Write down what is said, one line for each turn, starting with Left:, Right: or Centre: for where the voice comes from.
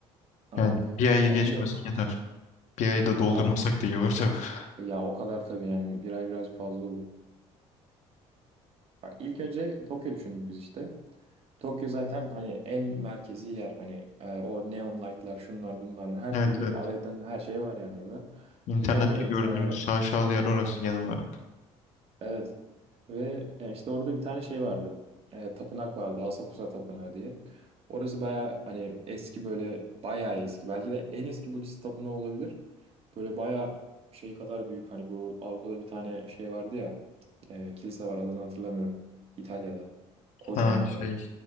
Right: Aynen.
Left: Yani bir ayı
Right: Ya
Left: geçmesin
Right: şimdi
Left: yeter. Bir ayı da doldurmasak
Right: evet
Left: da iyi olur tabii. <laughs>
Right: ya o kadar tabii yani bir ay birazcık fazla olur. Bak, ilk önce Tokyo düşündük biz işte. Tokyo zaten hani en merkezi yer hani e, o neon light'lar şunlar bunlar her
Left: Evet
Right: türlü
Left: evet.
Right: aradan her şey var yani orada.
Left: İnternette
Right: Bir de hani
Left: gördüğümüz
Right: e,
Left: şaşalı yer orası genel olarak.
Right: Evet. Ve e, işte orada bir tane şey vardı. E, tapınak vardı. Asakusa Tapınağı diye. Orası bayağı hani eski böyle bayağı eski. Belki de en eski Budist tapınağı olabilir. Böyle bayağı şey kadar büyük. Hani bu Avrupa'da bir tane şey vardı ya. e, kilise var adını hatırlamıyorum. İtalya'da. Kocaman
Left: Ha şey.
Right: böyle.